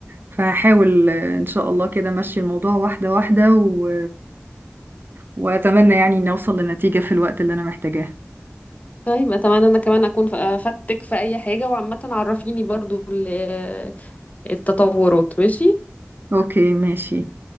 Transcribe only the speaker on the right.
فهحاول آه، ان شاء الله كده ماشي الموضوع واحدة واحدة و... واتمنى يعني ان اوصل لنتيجة في الوقت اللي انا محتاجاه
اوكي ماشي